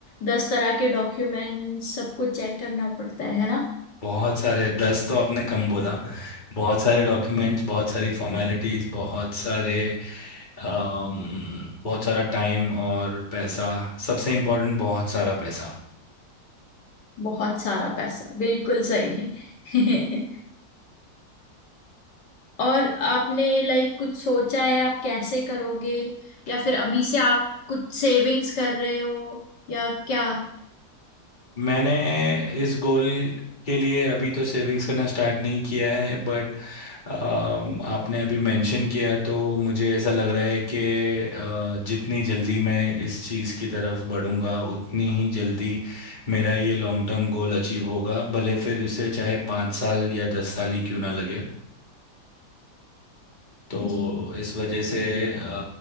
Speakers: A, on the left; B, on the left.
A: दस तरह के डॉक्यूमेंट सब कुछ चेक करना पड़ता है है ना
B: बहुत सारे दस तो आपने कम बोला बहुत सारे डॉक्यूमेंट्स बहुत सारी फॉर्मेलिटीज बहुत सारे अम, बहुत सारा टाइम और पैसा सबसे इम्पोर्टेंट बहुत सारा पैसा
A: बहुत सारा पैसा बिल्कुल सही <laughs> और आपने लाइक कुछ सोचा है आप कैसे करोगे या फिर अभी से आप कुछ सेविंग्स कर रहे हो या क्या
B: मैंने इस गोल के लिए अभी तो सेविंग्स करना स्टार्ट नहीं किया है बट आपने अभी मेंशन किया तो मुझे ऐसा लग रहा है कि अ, जितनी जल्दी मैं इस चीज़ की तरफ बढ़ूंगा उतनी ही जल्दी मेरा ये लॉन्ग टर्म गोल अचीव होगा भले फिर इसे चाहे पाँच साल या दस साल ही क्यों ना लगे तो
A: जी
B: इस वजह से अ,